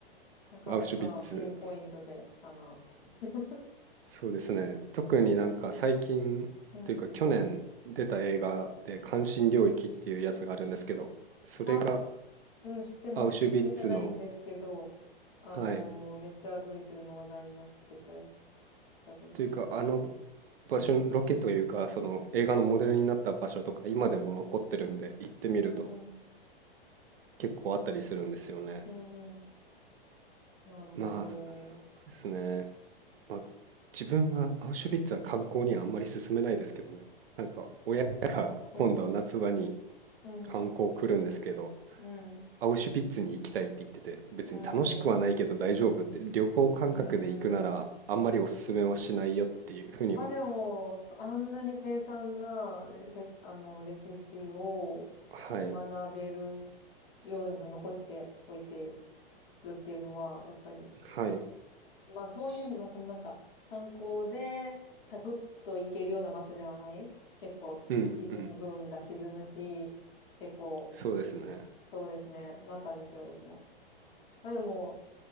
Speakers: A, on the left; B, on the right.
A: なかなかピンポイントで来たな。
B: アウシュビッツ。
A: <laughs>
B: そうですね。特になんか最近というか去年出た映画で関心領域っていうやつがあるんですけど、
A: せっかく。うん。
B: それが
A: あ、うん、知ってます。
B: アウシュビッツの、
A: 見てないんですけど、あのー、
B: はい。
A: めっちゃドイツでも話題になってたやつだと思
B: というかあの場所の、ロケというかその映画のモデルになった場所とか今でも残ってるんで行ってみると
A: う。うんうん。
B: 結構あったりするんですよね。
A: うんうん。なるほど。
B: まあ、そうですね。まあ、自分はアウシュビッツは観光にはあんまり勧めないですけどね。なんか親が今度夏場に
A: 結構、うんうん。
B: 観光来るんですけど、
A: うん。
B: アウシュビッツに行きたいって言ってて、別に楽しくはないけど大丈夫って、
A: うん。
B: 旅行感覚で行くならあんまりおすすめはしないよっていうふうには。
A: うん。まあでも、そあんなに凄惨な、でせ、あの、歴史を学べる
B: はい、
A: ようにその残しておいてるっていうのは、やっぱり、
B: はい、
A: まあそういう意味、まあそのなんか、観光でサクッと行けるような場所ではない。結構、
B: うんうん、
A: 気分が沈むし、結構、
B: そうですね。
A: そうですね、なったんですけど、私も。まあでも、